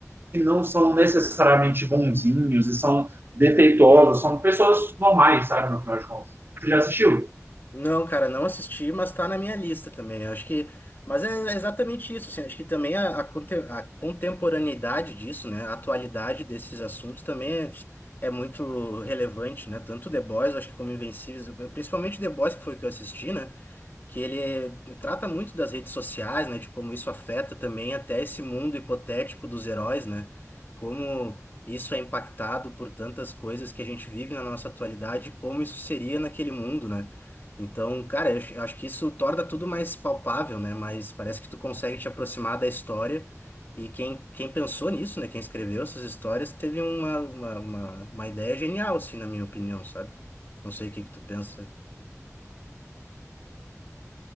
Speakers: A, on the right (about 40°); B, on the left (about 40°).
A: que não são necessariamente bonzinhos e são defeituosos, são pessoas normais, sabe, no final de contas. Você já assistiu?
B: Não, cara, não assisti, mas tá na minha lista também. Eu acho que. Mas é exatamente isso, assim, acho que também a, a conte- a contemporaneidade disso, né? A atualidade desses assuntos também é, é muito relevante, né? Tanto The Boys, eu acho que como Invencíveis, principalmente The Boys, que foi o que eu assisti, né? que ele trata muito das redes sociais, né, de como isso afeta também até esse mundo hipotético dos heróis, né? Como isso é impactado por tantas coisas que a gente vive na nossa atualidade, como isso seria naquele mundo, né? Então, cara, eu acho eu acho que isso torna tudo mais palpável, né? Mas parece que tu consegue te aproximar da história. E quem, quem pensou nisso, né? Quem escreveu essas histórias teve uma, uma, uma, uma ideia genial, assim, na minha opinião, sabe? Não sei o que que tu pensa.